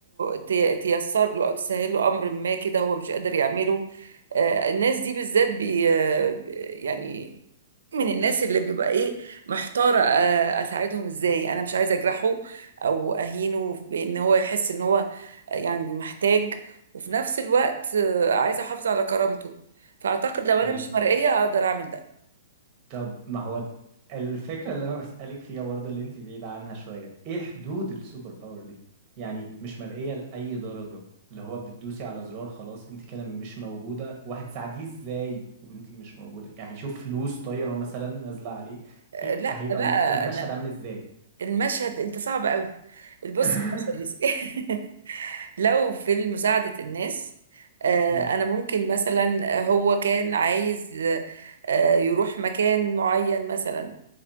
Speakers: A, on the right; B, on the right.
A: ت- تيسر له او تسهل له امر ما كده هو مش قادر يعمله آه، الناس دي بالذات بي آه، ب- يعني من الناس اللي بيبقى ايه محتارة آه، اساعدهم ازاي انا مش عايزة اجرحه او اهينه بان هو يحس ان هو يعني محتاج وفي نفس الوقت آه، عايزة احافظ على كرامته فاعتقد لو انا
B: ايوه
A: مش مرئية اقدر اعمل ده
B: طب ما هو د- الفكرة اللي أنا بسألك فيها برضه اللي أنت بعيدة عنها شوية إيه حدود السوبر باور دي؟ يعني مش مرئية لأي درجة اللي هو بتدوسي على زرار خلاص أنت كده مش موجودة وهتساعديه إزاي وأنت مش موجودة؟ يعني هيشوف فلوس طايرة مثلا نازلة عليه
A: آه،
B: إيه
A: لا
B: هيبقى
A: بقى
B: ال- المشهد
A: انا
B: عامل إزاي؟
A: المشهد انت صعب قوي بص
B: <laughs>
A: <laughs> المشهد لو في مساعدة الناس آه،
B: أمم،
A: أنا ممكن مثلا هو كان عايز آه، آه، يروح مكان معين مثلا